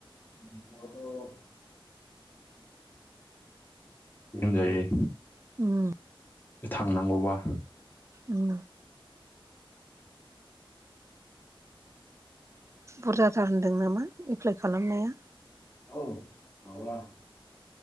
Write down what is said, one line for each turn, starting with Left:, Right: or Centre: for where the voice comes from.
Left: <unintelligible> जायो।
Right: उम।
Left: थांनांगौबा
Right: उम। बुरजाथार होनदों नामा एप्लाइ खालामनाया।
Left: औ उम <inaudible>